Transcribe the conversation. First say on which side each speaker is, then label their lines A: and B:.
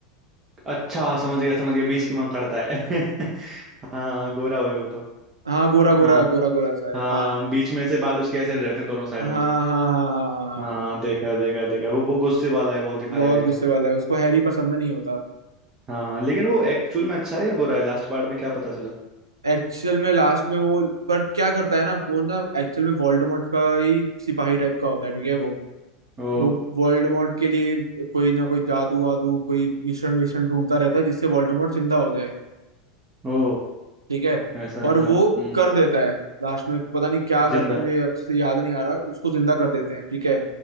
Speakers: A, on the right; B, on the right.
A: अच्छा समझ गया समझ गया बीच की मांग करता है <laughs> हाँ गोरा हुए वो तो
B: हाँ गोरा गोरा
A: हाँ
B: गोरा गोरा सा
A: हाँ
B: है हाँ
A: बीच में से बाल उसके ऐसे रहते हैं दोनों साइड
B: हाँ
A: में
B: हाँ हाँ हाँ हाँ हाँ
A: हाँ
B: हाँ।
A: देखा है देखा है देखा है वो वो गुस्से वाला है बहुत दिखाया
B: बहुत
A: गया
B: गुस्से
A: है
B: वाला है उसको हैरी पसंद नहीं होता
A: हाँ लेकिन वो एक्चुअल में अच्छा है या बुरा है लास्ट पार्ट में क्या पता चला
B: एक्चुअल में लास्ट में वो पर क्या करता है ना वो ना एक्चुअल में वोल्डेमॉर्ट का ही सिपाही टाइप का होता है ठीक है वो
A: ओ
B: वो वोल्डेमॉर्ट के लिए कोई ना कोई जादू वादू कोई मिशन विशन ढूंढता रहता है जिससे वोल्डेमॉर्ट जिंदा हो जाए
A: ओ
B: ठीक है
A: ऐसा
B: और
A: क्या
B: वो
A: हम्म
B: कर देता है लास्ट में पता नहीं क्या करते
A: जिंदा
B: हैं मुझे अच्छे से याद नहीं आ रहा उसको जिंदा कर देते हैं ठीक है